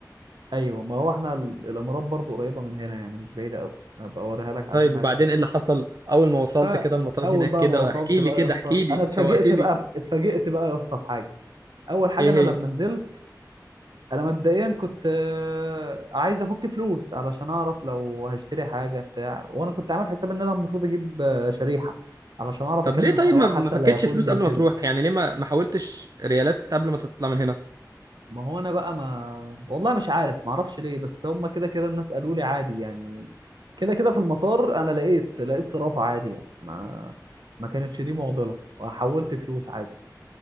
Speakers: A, on the right; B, on the right.
A: ايوه ما هو احنا ال- الامارات برضو قريبة من هنا يعني مش بعيدة قوي هبقى اوريها لك على
B: طيب
A: المابس
B: وبعدين
A: يعني
B: ايه اللي حصل اول ما وصلت
A: فاول
B: كده المطار هناك
A: بقى
B: كده
A: ما وصلت
B: واحكي
A: بقى
B: لي كده
A: يا اسطى
B: احكي لي
A: انا اتفاجئت
B: شوقتني
A: بقى اتفاجئت بقى يا اسطى بحاجه اول حاجه
B: ايه
A: انا
B: هي
A: لما نزلت انا مبدئيا كنت آه، عايز افك فلوس علشان اعرف لو هشتري حاجه بتاع وانا كنت عامل حساب ان انا المفروض اجيب آه، شريحه علشان اعرف
B: طب
A: اكلم
B: ليه
A: السواق
B: طيب ما ما
A: حتى
B: فكتش
A: اللي هياخدني
B: فلوس قبل
A: وكده
B: ما تروح يعني ليه ما ما حاولتش ريالات قبل ما تطلع من هنا
A: ما هو انا بقى ما والله مش عارف ما اعرفش ليه بس هم كده كده الناس قالوا لي عادي يعني كده كده في المطار انا لقيت لقيت صرافة عادي يعني ما ما كانتش دي معضلة وحولت فلوس عادي